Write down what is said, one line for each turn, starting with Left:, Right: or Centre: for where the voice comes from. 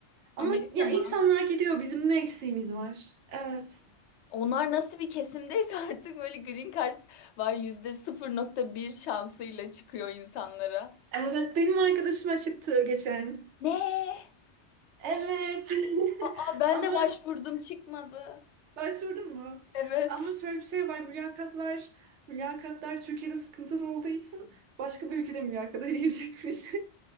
Right: Ama
Left: Amerika
Right: ya
Left: mı?
Right: insanlar gidiyor bizim ne eksiğimiz var? Evet.
Left: Onlar nasıl bir kesimdeyse <laughs> artık böyle green card var yüzde 0.1 şansıyla çıkıyor insanlara.
Right: Evet benim arkadaşım aşıktı geçen.
Left: Ne?
Right: Evet. <laughs>
Left: Aa, ben
Right: Ama
Left: de başvurdum çıkmadı.
Right: başvurdun mu?
Left: Evet.
Right: Ama şöyle bir şey var mülakatlar mülakatlar Türkiye'de sıkıntılı olduğu için başka bir ülkede mülakata <laughs> girecekmiş.